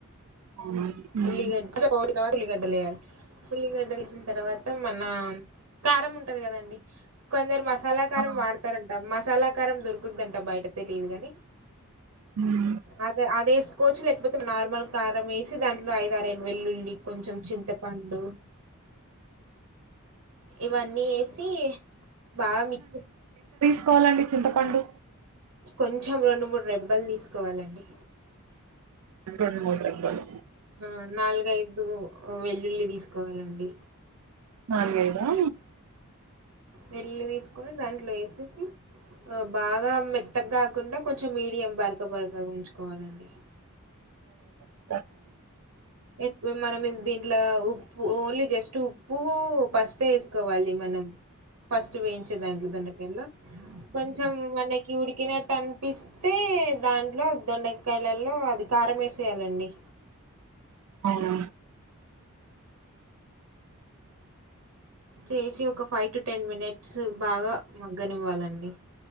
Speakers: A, on the right; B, on the right.
A: ఉమ్
B: ఉల్లిగడ్డ ఉల్లిగడ్డలు వెయ్యాలి ఉల్లిగడ్డలసిన తర్వాత మన కారం ఉంటది కదండి కొందరు మ కళాకారం
A: ఆ
B: వాడతారంట సలాకారం దొరుకుందంట బయట తెలియదు కాని
A: హ్మ్.
B: అదే అదే వేసుకోవచ్చు లేకపోతే నార్మల్ కారం వేసి దాన్ని రాయిదార వెల్లుల్లి కొంచెం చింతపండు ఇవన్నీ వేసి బాగా మిచ్చ
A: సుకోవాలండి చింతపండు
B: కొంచెం రెండు మూడు రెబ్బలు తీసుకోవాలండి
A: రెండు మూడు రెబ్బలు
B: ఆ నాలుగైదు వెల్లుల్లి తీసుకోవాలండి
A: నాలుగైద ఆ
B: వెల్లులి తీసుకొని దాంట్లో వేసేసి బాగా మెత్తగా కాకుండా కొంచెం మీడియం పరగ బరకగా ఉంచుకోవాలండి.
A: స
B: ఎ మనం దీంట్లో ఉప్పు ఓన్లీ జస్ట్ ఉప్పు ఫస్ట్ వేసుకోవాలి మనం ఫస్ట్ వేయించే దాంట్లో దుండకాయల్లో కొంచెం మనకి ఉడికినట్ టెన్ ప్పిస్తే దాంట్లో వదుండ కాయలలో అదికారం వేసేయాలండి
A: అవు
B: చేసి ఒక ఫైవ్ టు టెన్ మినిట్స్ బాగా మగ్గనివ్వాలండి.